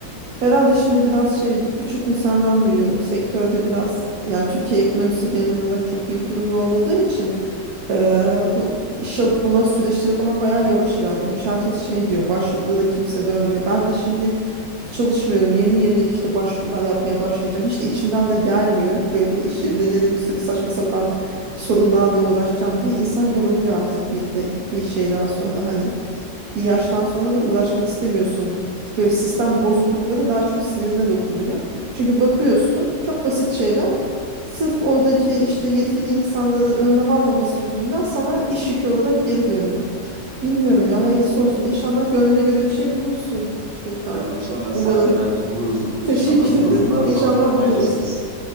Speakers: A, on the right; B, on the right.
A: Herhalde şimdi biraz şey birçok insandan duyuyorum. Sektörde biraz yani Türkiye ekonomisi genel olarak çok iyi bir durumda olmadığı için eee, bu iş alma süreçleri falan bayağı yavaş ilerliyormuş. Herkes şey diyor başvuruda da kimse dönmüyor. Ben de şimdi Çalışmıyorum. Yeni yeni işte başvurular yapmaya başlayacağım. Hiç de içimden de gelmiyor. Böyle iş yerinde gene bir sürü saçma sapan sorunlarla uğraşacağım diye insan yoruluyor artık bir de bir şeyden sonra hani bir yaştan sonra da uğraşmak istemiyorsun. Böyle sistem bozuklukları da daha çok sinirine dokunuyor. Çünkü bakıyorsun çok basit şeyler sırf oradaki işte yetkili insanların önlem almaması yüzünden sana iş yükü olarak geri dönüyor. Bilmiyorum ya hayırlısı olsun. İnşallah gönlüne göre bir şey bulursun Furkan.
B: İnşallah inşallah
A: Umarım.
B: sen de bence buluruz
A: <laughs>
B: inşallah.
A: Teşekkür
B: Bu
A: ederim.
B: durumu da
A: İnşallah
B: sonradan paylaşırız.
A: buluruz.